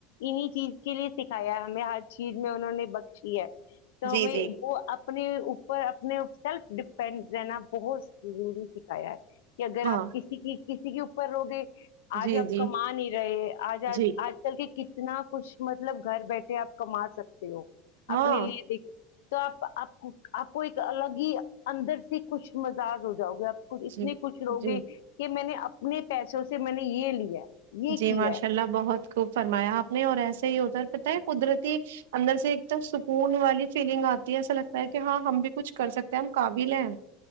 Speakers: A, on the left; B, on the right.
A: انہیں چیز کے لیے سکھایا ہے ہمیں ہر چیز میں انہوں نے بخشی ہے تو
B: جی
A: ہمیں
B: جی
A: وہ آپ اپنے اوپر اپنے سیلف ڈیپینڈ رہنا بہت ضروری سکھایا ہے کہ اگر
B: ہاں
A: آپ کسی کی کسی کے اوپر ہوو گے آج
B: جی
A: آپ
B: جی
A: کما نہیں رہے آج آج
B: جی
A: آج کل کے کتنے اتنا کچھ مطلب گھر بیٹھے آپ کما سکتے ہو
B: ہاں
A: اپنے لیے دکھیں توآپ <inaudible> اپ کو ایک الگ ہی اندر سے کچھ مذاق ہو جاؤ گے <inaudible> اور اتنی
B: جی
A: خوش رہو
B: جی
A: گے کہ میں نے <unintelligible> اپنے پیسوں سے میں نے یہ لیا ہے <inaudible>
B: جی
A: کیا
B: ماشاءاللہ بہت <unintelligible> خوب فرمایا اپ نے اور ایسے ہی ادھر پتہ ہے قدرتی اندر سے ایک تو سکون والی فیلنگ اتی ہے ایسا لگتا ہے کہ ہاں ہم بھی کچھ کر سکتے ہیں ہم قابل ہیں